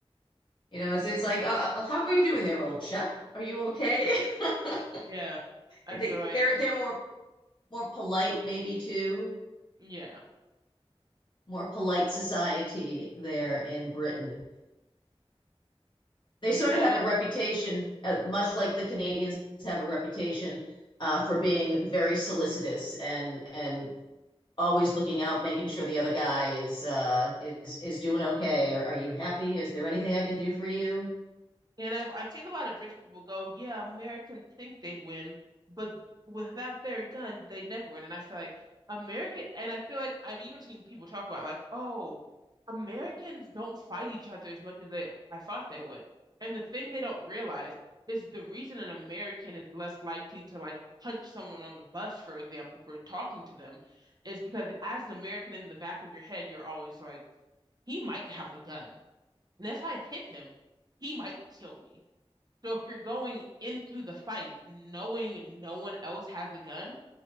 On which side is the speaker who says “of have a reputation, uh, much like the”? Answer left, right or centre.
Left